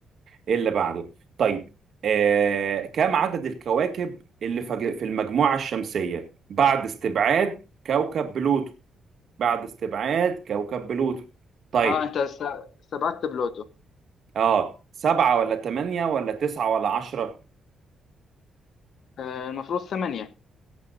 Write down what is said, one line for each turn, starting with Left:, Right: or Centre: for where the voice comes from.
Right: ايه اللي بعده طيب آه، كم عدد الكواكب اللي فج- في المجموعة الشمسية بعد استبعاد كوكب بلوتو بعد استبعاد كوكب بلوتو طيب
Left: اه انت س- سبعت بلوتو
Right: اه سبعة ولا تمانية ولا تسعة ولا عشرة
Left: آه المفروض ثمانيه